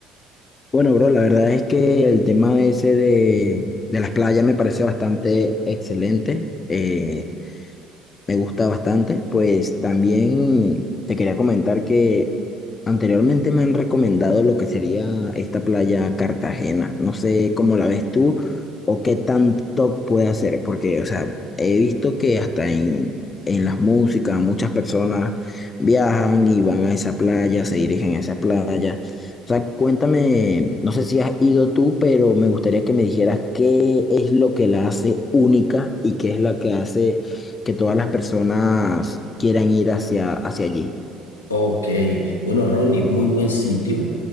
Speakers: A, on the left; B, on the left.
A: Bueno, bro, la verdad es que el tema ese de, de las playas me parece bastante excelente. Eh, Me gusta bastante. Pues también te quería comentar que anteriormente me han recomendado lo que sería esta playa Cartagena. No sé cómo la ves tú o qué tanto puede hacer, porque, o sea, he visto que hasta en, en las músicas muchas personas viajan y van a esa playa, se dirigen a esa playa. O sea, cuéntame, no sé si has ido tú, pero me gustaría que me dijeras qué es lo que la hace única y qué es la que hace que todas las personas quieran ir hacia, hacia allí.
B: Ok, bueno, Ronnie, muy buen sitio,